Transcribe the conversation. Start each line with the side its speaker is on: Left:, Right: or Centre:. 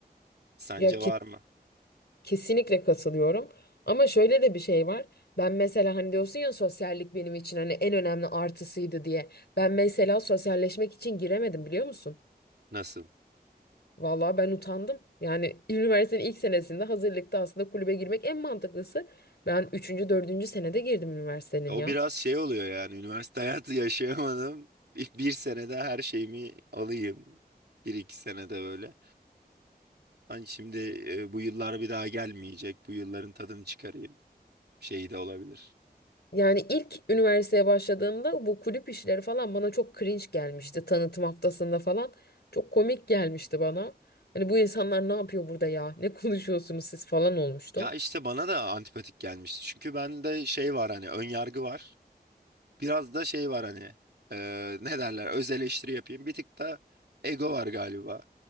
Right: Sence
Left: ya
Right: var mı?
Left: Kesinlikle katılıyorum. Ama şöyle de bir şey var. Ben mesela hani diyorsun ya sosyallik benim için hani en önemli artısıydı diye. Ben mesela sosyalleşmek için giremedim biliyor musun?
Right: Nasıl?
Left: Vallahi ben utandım. Yani <laughs> üniversitenin ilk senesinde hazırlıkta aslında kulübe girmek en mantıklısı. Ben üçüncü dördüncü senede girdim üniversitenin
Right: O
Left: ya.
Right: biraz şey oluyor yani üniversite <laughs> hayatı yaşayamadım. İlk bir senede her şeyimi alayım. Bir iki senede böyle. Hani şimdi e, bu yıllar bir daha gelmeyecek. Bu yılların tadını çıkarayım şeyi de olabilir.
Left: Yani ilk üniversiteye başladığımda bu kulüp işleri falan bana çok cringe gelmişti. Tanıtım haftasında falan çok komik gelmişti bana. Hani bu insanlar ne yapıyor burada ya? Ne konuşuyorsunuz siz falan olmuştum.
Right: Ya işte bana da antipatik gelmişti. Çünkü bende şey var hani ön yargı var. Biraz da şey var hani e, ne derler öz eleştiri yapayım. Bir tık da ego var galiba.